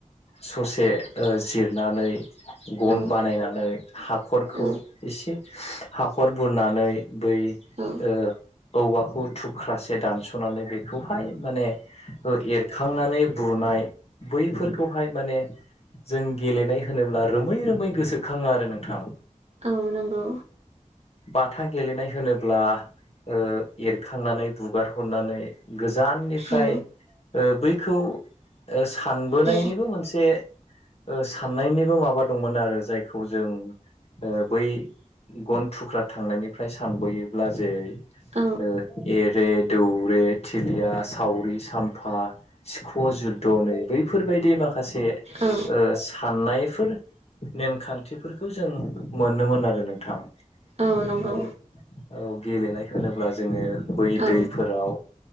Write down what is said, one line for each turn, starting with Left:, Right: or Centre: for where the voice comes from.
Left: ससे जिरनानै गन
Right: औ
Left: बानायनानै हाखरखौ
Right: औ
Left: एसे हाखर बुरनानै बै ओ
Right: औ
Left: औवाखौ थुख्रासे दानस'नानै बेखौहाय माने औ एर खांनानै बुनाय बैफोरखौहाय माने जों गेलेनाय होनोब्ला रोमै रोमै मै गोसोखाङो आरो नोंथाङा
Right: औ नंगौ
Left: बाथा गेलेनाय होनोब्ला ओ एरखांनानै बुगार हरनानै गोजाननिफ्राय
Right: औ
Left: ओ बैखौ सानबोनायनिबो
Right: औ
Left: मोनसे ओ साननायनिबो माबा दंमोन आरो जायखौ जों ओ बै गन थुख्रा थांनायनिफ्राय सानबोयोब्ला जेरै
Right: औ
Left: ओ एरे दौरे थिलिया सावरि साम फा सिख' जुद्ध' नै बैफोरबायदि माखासे ओ
Right: औ
Left: साननायफोर नेमखान्थिफोरखौ जों मोनोमोन आरो नोंथां।
Right: औ नंगौ
Left: आरो औ गेलेनाय होनोब्ला जोङो बै
Right: औ
Left: दैफोराव